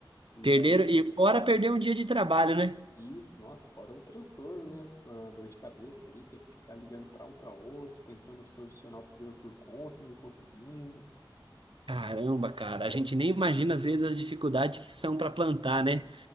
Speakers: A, on the left; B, on the right.
A: E
B: Perderam,
A: daí
B: e fora perder um dia de trabalho, né?
A: Isso, nossa, fora o transtorno, né? A dor de cabeça ali, ter que ficar ligando para um para outro, tentando solucionar o problema por conta e não conseguindo.
B: Caramba, cara, a gente nem imagina às vezes as dificuldades que são para plantar, né?